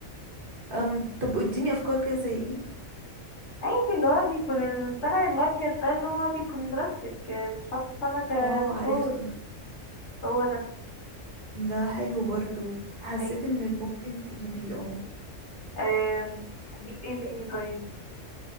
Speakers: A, on the right (about 50°); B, on the left (about 60°).
A: أم طب اديني افكار كده زي ايه
B: عادي اللي هو بيكون الصنع الأبيض ده اللي هو بيكون بلاستيك آه، بيتحط سمكة
A: اه
B: ديكور
A: عرفته
B: هو ده
A: ده حلو برضو حسيت
B: أيوة
A: انك ممكن تجيبيه اه
B: آم، أجيب ايه تاني طيب